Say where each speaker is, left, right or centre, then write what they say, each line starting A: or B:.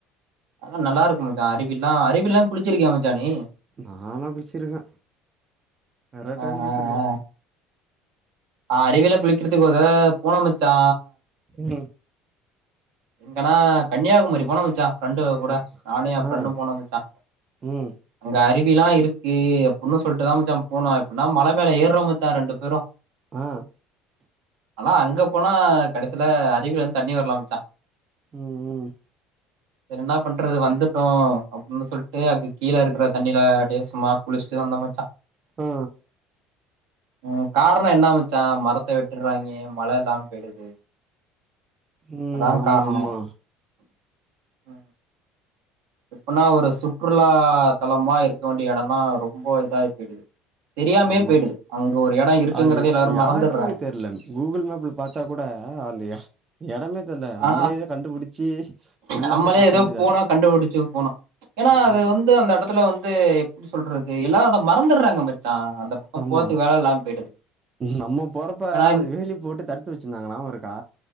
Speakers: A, on the right; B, on the right.
A: அதெல்லா நல்லாருக்கு மச்சா அருவில்லா அருவில்லா குளுச்சுருக்கியா மச்சா நீ
B: நாலா குளுச்சுருக்க நறையா
A: ஆ
B: டைம் குளுச்சுருக்க
A: ஆ ஆ ஆ அறிவில குளிக்கிறதுக்கு ஒருதடவ போன மச்சா
B: ம்
A: எங்கன்னா கன்னியாகுமரி போன மச்சா ஃப்ரெண்டுக கூட
B: ஆ
A: நானு எம் ஃப்ரெண்டும்
B: ஆ
A: போனோ மச்சா
B: ம்
A: அங்க அருவி ப்டில்லா இருக்கு அப்புன்னு சொல்ட்டுதாம் மச்சா போனோ எப்புன்னா மல மேல ஏறோ மச்சா ரெண்டு பேரு
B: ஆ
A: ஆனா அங்க போனா கடசில அருவில இருந்து தண்ணி வர்ல மச்சா
B: ம் ம்
A: என்ன பண்றது வந்து டோ அப்டின் சொல்ட்டு அங்கு கீழ இருக்குற தண்ணில அப்டியே சும்மா குளுச்சுட்டு வந்தோ மச்சா
B: ஆ
A: ம் காரணோ என்ன மச்சா மரத்த வெட் ட்டுறாங்கேம் மழ இல்லாம் போய்டுது
B: ம்
A: அதா
B: ஆமா
A: காரணோ
B: ஆமா
A: ஆ எப்பனா ஒரு சுற்றுலா தலமா இருக்க வேண்டிய எடம்லா ரொம்ப இதாயி போயிடுது தெரியாமயே
B: ஆமா
A: போயிடுது அங்க ஒரு எடோ இருக்குங்கிறதே
B: அது
A: எல்லாரு
B: யாருக்குமே
A: மறந்துர்றாங்க
B: தெர்ல கூகுள் மேப்ல பாத்தா கூட அந்த எடமே தெர்ல
A: ஆ
B: நம்மளே எதோ கண்டுபுடுச்சி உள்ளது
A: நம்மளே
B: பாக்க
A: ஏதோ
B: வேண்டிதா
A: போனோ
B: இருக்கு
A: கண்டுபிடிச்சு போனோ ஏன்னா
B: ஆமா
A: அது வந்து அந்த எடத்துல வந்து எப்டி சொல்றது எல்லா அத மறந்துற்றாங்க மச் சா அந்த பக்கோ
B: ஆமா
A: போறதுக்கு வேல இல்லாம போயிடுது
B: நம்ம போறப்ப
A: ஏன்னா
B: அது
A: இந்த
B: வேலி போட்டு தடுத்து வெச்சிருந்தாங்க நியாபோருக்கா